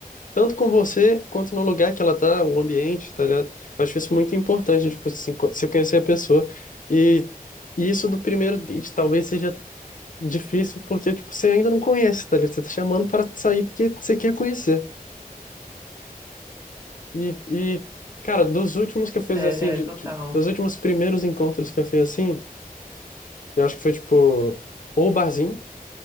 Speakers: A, on the left; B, on the right.
A: tanto com você quanto no lugar que ela tá, o ambiente, tá ligado? Eu acho isso muito importante, tipo, assim, co- você conhecer a pessoa. E, e isso do primeiro date talvez seja difícil porque, tipo, você ainda não conhece, tá ligado? Você tá chamando para sair porque você quer conhecer. E, e, cara, dos últimos que eu fiz
B: É,
A: assim, de,
B: é, total.
A: de- dos últimos primeiros encontros que eu fiz assim, eu acho que foi, tipo, ou barzinho.